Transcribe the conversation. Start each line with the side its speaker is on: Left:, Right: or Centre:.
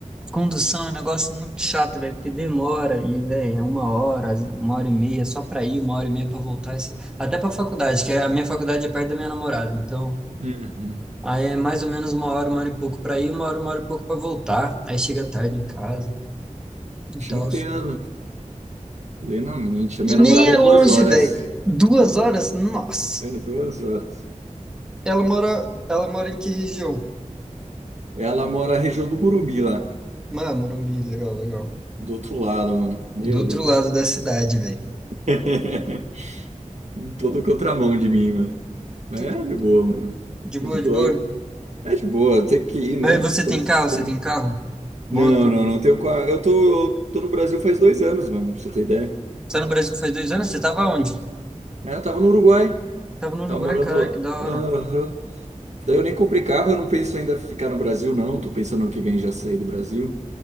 Centre: condução é um negócio muito chato, velho, porque demora. E, velho, é uma hora, às- uma hora e meia só pra ir, uma hora e meia pra voltar. esse- Até pra faculdade, que é- a minha faculdade é perto da minha namorada. Então,
Right: Uhum.
Centre: aí é mais ou menos uma hora, uma hora e pouco pra ir, uma hora, uma hora e pouco pra voltar. Aí chega tarde em casa e
Right: Te
Centre: tal.
Right: entendo plenamente. A minha
Centre: E nem
Right: namorada
Centre: é
Right: é duas
Centre: longe,
Right: horas.
Centre: velho. Duas horas? Nossa.
Right: É duas horas.
Centre: Ela mora, ela mora em que região?
Right: Ela mora na região do Murumbi lá,
Centre: Ah, Morumbi, legal, legal.
Right: do outro lado, mano. Meu
Centre: Do outro
Right: Deus.
Centre: lado da cidade, velho.
Right: <laughs> Em todo contramão de mim, mano. Mas
Centre: Tudo
Right: É de boa, mano.
Centre: de boa,
Right: É de boa.
Centre: de boa.
Right: É de boa, tem que ir,
Centre: Mas
Right: né?
Centre: você
Right: Como
Centre: tem
Right: se-
Centre: carro? Você tem carro? Moto?
Right: Não, não, não tenho. qua- Eu tô, tô no Brasil faz dois anos, mano, pra você ter ideia.
Centre: Você tá no Brasil faz dois anos? Você tava onde?
Right: É, eu tava no Uruguai,
Centre: Tava no Uruguai,
Right: tava morando
Centre: caraca,
Right: lá.
Centre: que da
Right: Aham.
Centre: hora.
Right: Daí eu nem comprei carro, eu não penso ainda ficar no Brasil, não. Tô pensando ano que vem já sair do Brasil,